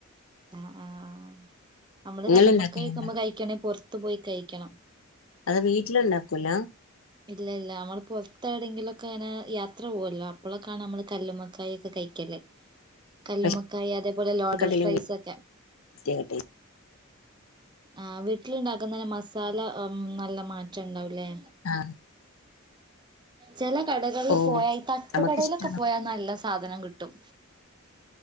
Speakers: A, on the right; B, on the left.
A: ആ ആഹ് നമ്മള്
B: നിങ്ങള്
A: കല്ലുമ്മക്കായ്ക്ക
B: ഉണ്ടാക്കലുണ്ടോ
A: മ്മ ക്കഴിക്കണെ പൊർത്ത് പോയി കഴിക്കണം
B: അത് വീട്ടിലുണ്ടാക്കൂല
A: ഇല്ല ഇല്ല നമ്മള് പുറത്തേടെങ്കിലുക്കെനെ യാത്ര പോവല്ലോ, അപ്പോളൊക്കാണ് അമ്മള് കല്ലുമ്മക്കായക്കെ കഴിക്കല് കല്ലുമക്കായ
B: റേഷൻ
A: അതേപോലെ ലോഡർ
B: കടയിലും
A: ഫ്രൈസ് ഒക്കെ
B: കിട്ടിയാ
A: ആഹ് വീട്ടിലുണ്ടാക്കുന്നേ മസാല അം നല്ല മാറ്റംണ്ടാവുലേ
B: ആഹ്
A: ചെല കടകൾല്
B: ഓ
A: പോയാ ഈ തട്ടുകടയിലൊക്കെ
B: നമുക്കിഷ്ടാണ്
A: പോയാ നല്ല സ് സാധനം കിട്ടും.